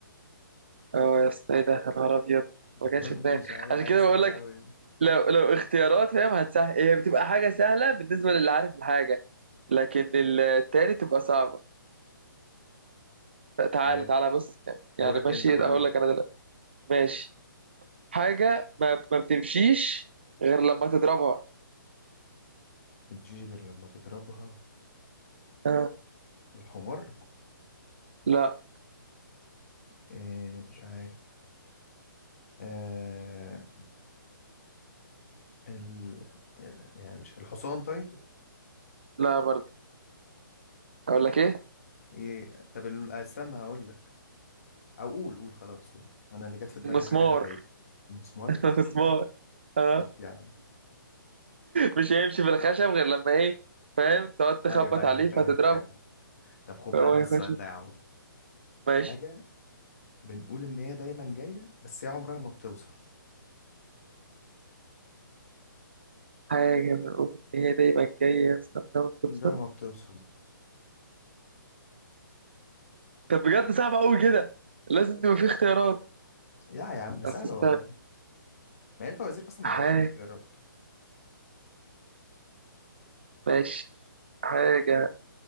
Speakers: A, on the right (about 30°); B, on the left (about 40°).
A: اه يا اسطى ايه ده يا نهار ابيض ما كانش
B: ولا
A: في دماغي
B: أنا مش عارف
A: عشان
B: دي حاجة
A: كده
B: سهلة
A: بقول لك
B: اوي
A: لو لو اختيارات فاهم هتسهل هي بتبقى حاجة سهلة بالنسبة للي عارف الحاجة لكن التاني تبقى صعبة تعالى
B: ما
A: تعالى بص يعني
B: دورك
A: ماشي
B: انت بقى
A: هقول
B: يلا
A: لك انا دلوقتي ماشي حاجة ما, ما بتمشيش غير لما تضربها
B: متمشيش غير لما تضربها
A: آه.
B: الحمار
A: لا
B: إيه مش عارف آه ال... ال... يعني مش الحصان طيب
A: لا برضه اقول لك ايه
B: ايه طب ال- استنى هقول لك او قول قول خلاص قول انا اللي جت في دماغي
A: المسمار
B: حاجة غبية المسمار
A: <laughs> المسمار
B: <laughs>
A: آه.
B: ماشي يا عم
A: مش هيمشي في الخشب غير لما ايه فاهم تقعد تخبط
B: ايوه ايوه
A: عليه
B: فاهم
A: فتضربه
B: فاهم طب خد
A: فهو
B: بقى انت
A: هيخش
B: السؤال ده يا عم
A: ماشي
B: حاجة بنقول إن هي دايما جاية بس هي عمرها ما بتوصل
A: حاجة بنقول إن هي دايما جاية استنى ما بتوصل
B: عمرها ما بتوصل
A: طب بجد صعبة أوي كده لازم تبقى في اختيارات
B: يا يا عم سهلة
A: بس استنى
B: والله ما هي الفوازير أصلا ما
A: حاجة
B: ينفعش باختيارات
A: ماشي حاجة